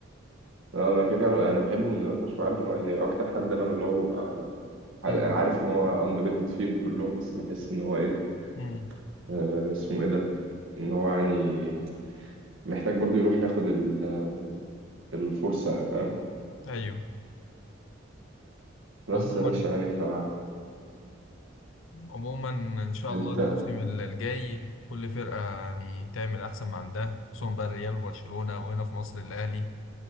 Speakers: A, on the right; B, on the left.
A: لا، انا كده كده انا بحبه من زمان فشخ وعارف ان هو يعني اكتر حد انا اللي هو ببقى عارف
B: امم
A: ان هو اندر ريتد فيهم كلهم بس بحس ان هو ايه
B: امم
A: آه، اسمه ايه ده ان هو يعني محتاج برضو يروح ياخد ال- الفرصة يعني فاهم
B: ايوه
A: بس
B: عموما
A: يا باشا يعني ف
B: عموما ان شاء
A: انت
B: الله الموسم الجاي كل فرقه يعني تعمل احسن ما عندها خصوصا بقى الريال وبرشلونه وهنا في مصر الاهلي